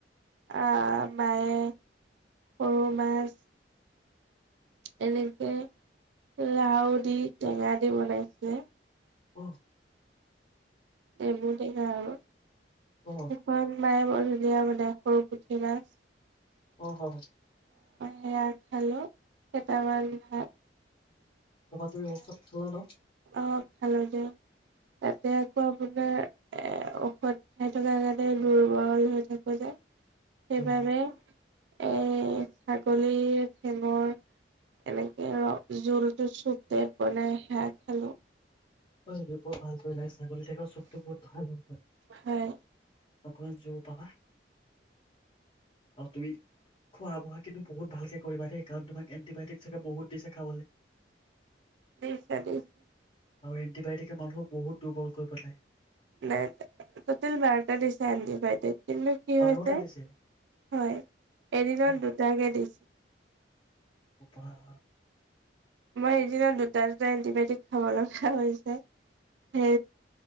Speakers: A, on the right (about 75°); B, on the left (about 40°).
A: আহ মায়ে সৰু মাছ এনেকে লাউ দি টেঙা দি বনাইছে ।
B: অ ।
A: নেমু টেঙা আৰু
B: অ
A: একুৱন মায়ে বৰ ধুনীয়া বনাই সৰু পুঠি মাছ ।
B: অহ হয়।
A: সেয়া খালো কেইটামান ভাত ।
B: তাপা তুমি ঔষধ খালা ন?
A: অ খালো দিয়া । তাতে আকৌ আপোনাৰ, এ ঔষধ খাই থকা কাৰণে দুৰ্বল হৈ থাকো যে । সেইবাবে
B: হয়
A: । এ ছাগলীৰ ঠেঙৰ এনেকে ৰ জোলটো চুপ টাইপ বনাই শাত । খালো ।
B: হয়নেকি বহুত ভাল কৰিলা । ছাগলী ঠেঙৰ চুপটো বহুত ভাল ঔষধ।
A: হয়
B: অকমান জোৰ পাবা আৰু তুমি খোৱা বোৱা কিন্তু বহুত ভালকে কৰিবা দেই। গানটোভাগ এণ্টিবায়টিক চাগে বহুত দিছে খাবলে ।
A: দিছে দিছে
B: আৰু এণ্টিবায়টিকে মানুহক বহুত পেলাই
A: নাই ত তেল বাৰটা দিচাইন দিয় <unintelligible> বেটে <unintelligible> কিন্তু কি
B: বাৰটা
A: হৈছে হয়,
B: দিছে
A: এদিনত
B: অ
A: দুটাকে দিছে ।
B: উপহাৰ।
A: মই এদিনত দুটা- দুটা এন্টিবায়টিক খাব লগা হৈছে । উম ।